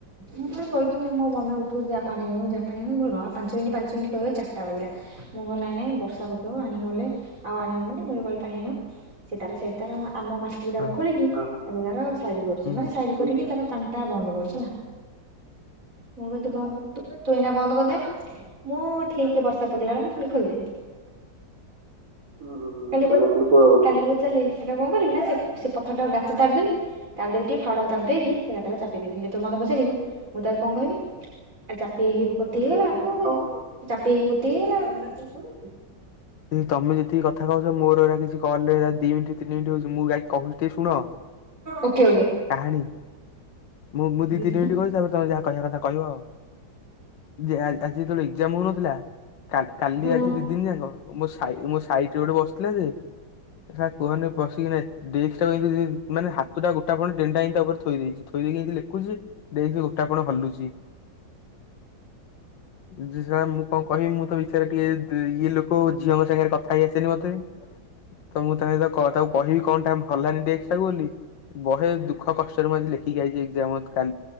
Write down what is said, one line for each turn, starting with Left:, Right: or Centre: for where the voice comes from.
Right: ମୁଁ ପା କହିଚି ମୋ ମମି ଉଠୁ, <unintelligible> ଯା ପାଣି ଆଣିବୁ, ଯା ପାଣି ଆଣିବୁ, ମୁଁ କହିଲି ରହ ପାଞ୍ଚ ମିନିଟ୍, ପାଞ୍ଚ ମିନିଟ୍। କହିବ ଚାରିଟା ବାଜିଲା, ମୁଁ କହିଲି ନାଇଁ ନାଇଁ ବର୍ଷା ପକେଇବ ଆଣିିଗଲେ ଆଉ ଆଣି ହବନି, ମୁଁ ହେଟୁ ଗଲି ପାଣି ଆଣିବାକୁ ସେ ତାର ସେଠି ତାର ଆମ ମାଟି ଗୁଟାକୁ
Left: ହଁ
Right: ଖୋଳିକି, ତାକୁ ତାର ସାଇଟ୍ କରୁଚି,
Left: ହୁଁ
Right: ମାନେ ସାଇଡ୍ କରିକି ତାର ପାଣ୍ଟା ବନ୍ଦ କରୁଚି, ହେଲା। ମୁଁ କହିଲି ତୁ ବନ୍ଦ୍, ତୁ ଏଇନା ବନ୍ଦ୍ କରିଦେ। ମୁଁ ଠିକ୍ ବର୍ଷା ପକେଇଲା ବେଳୁ, ମୁଁ ଫୁଣି ଖୋଲିଦେବି। ହୁଁ, ଭଲ କହୁଚ ଆଉ? ସେଇଟାକୁ କଣ କରିବି, ନା ସେ ପ ପଥର ଟାକୁ ଗାତ ତାଡ଼ିଦେବି ତାଡ଼ି ଦେବି ଟିକେ, ଫାଡ ତାଡ଼ି ଦେଇକି, ସେ ଗାତ ଟାକୁ ଚାପିଦେବି, ସେ ଯେତେବେଳେ ମତେ ପଚାରିବ, ମୁଁ ତାକୁ କଣ କହିବି ଆଉ ଚାପି ହେଇକି ପୋତି ହେଇଗଲା, ଆମେ କଣ କରିବୁ? ଚାପି ହେଇକି ପୋତି ହେଇଗଲା ଆଉ।
Left: ତମେ ଯେତିକି କଥା କହୁଚ, ମୋର ଏରା କିଛି କଲ୍ ରେ ଦି ମିନିଟ୍, ତିନି ମିନିଟ୍ ହଉଚି, ମୁଁ ବାକି କହୁଚି ଟିକେ ଶୁଣ?
Right: ଓକେ-ଓକେ।
Left: କାହାଣୀ ମୁଁ-ମୁଁ
Right: ହୁଁ
Left: ଦି ତିନିଟି କହୁଛି ତାପରେ ତମେ ଯାହା କହିବା କଥା କହିବ ଆଉ। ଯେ ଆଜି ଯେତେବେଳେ ଏକ୍ସାମ୍ ହଉନଥିଲା କା କାଲି
Right: ହଁ
Left: ଆଜି ଦି ଦିନ ଯାକ ମୋ ସାଇ ମୋ ସାଇଟି ରେ ଗୋଟେ ବ କୁହନି ପିକି ମାନେ ହାତଟା ଗୋଟେ ଗୋଟାପଣ ଡେନଟା ଏଇି ଉପରେ ଥୋଇ ଦେଇଚି ଥୋଇ ଦେଇକି ଏ ଲେଖୁଚି ଦେଇି ଗୋଟାପଣ ହଲୁଚି। ଜ ସାର୍ ମୁଁ କଣ କହିବି ମୁଁ ତ ବିଚାରରେ ଟିକେ ଇଏ ଲୋକ ଝିଅଙ୍କ ସାଙ୍ଗରେ କଥା ହେଇ ଆସେନି ମତେ ତ ମୁଁ ତା ସହିତ କକୁ କହିବି କଣଟା ହଲାନି ଡେକ୍ସେ ଟାକୁ ବୋଲି ବହେ ଦୁଃଖ କଷ୍ଟରେ ମୁଁ ଲେଖିକିଆଇଚି ଏକ୍ସାମ୍ ରେ।